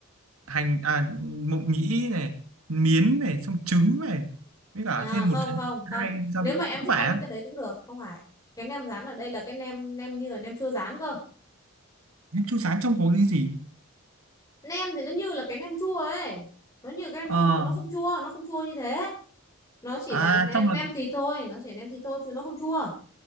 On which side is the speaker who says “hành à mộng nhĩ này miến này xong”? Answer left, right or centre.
Right